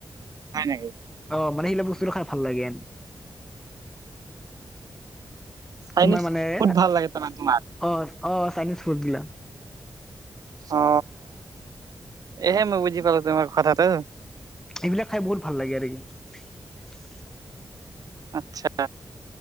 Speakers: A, on the right (about 50°); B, in the centre.
A: হয় নেকি?
B: অ, মানে সেইলাক বস্তু খাই ভাল লাগে।
A: চাইনিজ
B: তোমাৰ মানে
A: ফুড
B: এ,
A: ভাল লাগে তোমাৰ তোমাক?
B: অ-অ, চাইনিজ ফুড বিলাক।
A: অ, এহে মই বুজি পালো তোমাৰ কথাটো।
B: এইবিলাক খাই বহুত ভাল লাগে, আৰু কি।
A: আচ্ছা,